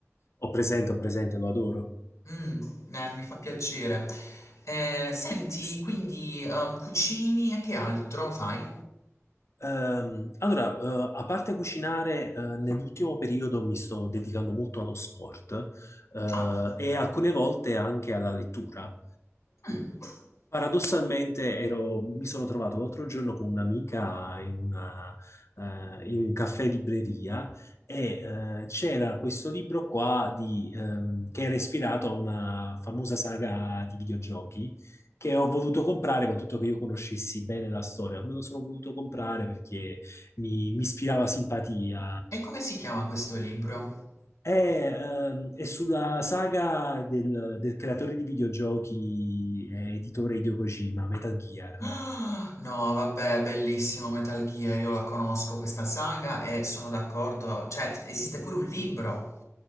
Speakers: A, on the left; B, on the left.
A: Ho presente, ho presente, lo adoro.
B: Mm, eh, mi fa piacere. Eh, senti,
A: S-
B: quindi ehm, cucini e che altro fai?
A: ehm, allora, eh, a parte cucinare, eh, nell'ultimo periodo mi sto dedicando molto allo sport, eh,
B: Ah,
A: e alcune volte anche alla lettura.
B: mm.
A: Paradossalmente ero- mi sono trovato l'altro giorno con un'amica in, una- eh, in un caffè libreria e eh, c'era questo libro qua di, ehm, che era ispirato a una famosa saga di videogiochi che ho voluto comprare con tutto che io conoscessi bene la storia. Me lo sono voluto comprare perché mi, mi ispirava simpatia.
B: E come si chiama questo libro?
A: È, ehm, è sulla saga del, del creatore di videogiochi e editore Hideo Kojima, Metal Gear.
B: Ah, No, vabbè, bellissimo Metal Gear, io la conosco questa saga e sono d'accordo, cioè esiste pure un libro.